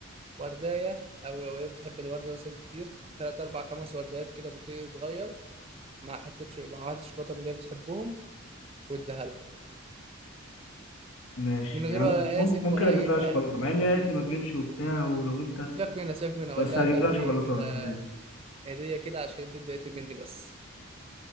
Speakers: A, on the right (about 25°); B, on the left (about 70°).
A: وردايه او لو هي بتحب الورده مثلا كتير تلات اربع خمس وردات كده بوكيه صغير مع حته شو... مع واحده شوكولاته من اللي هي بتحبهم واديها لها
B: ماشي
A: من غير
B: يعني
A: ولا
B: ممكن
A: اسف
B: ممكن
A: ولا
B: اجيب
A: اي
B: لها
A: حاجه
B: شوكولاته مع ان هي قالت لي ما تجيبش وبتاع ولو جبتها
A: سيبك منها سيبك منها
B: بس
A: اقول لها
B: هجيب
A: ده
B: لها
A: هديه
B: شوكولاته
A: كده
B: يعني.
A: هديه كده عشان انت اتضايقتي مني بس